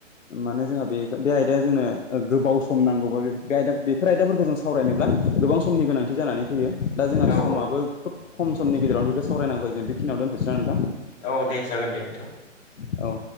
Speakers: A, on the left; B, on the left.
A: माने जोंहा बे आयदाया जोंनो गोबाव सम नांगौबा आयदा बेफोर आयदाफोरखौ जों सावरायनोब्ला गोबां समनि गोनांथि जानानै फैयो दा जोंहा
B: औ
A: समाबो
B: औ
A: खोब खम समनि गेजेरावनो बेखौ सावरायनांगौखाय जों बेखिनियावनो दोनथसै ना नों
B: औ दे जागोन दे नोंथां
A: औ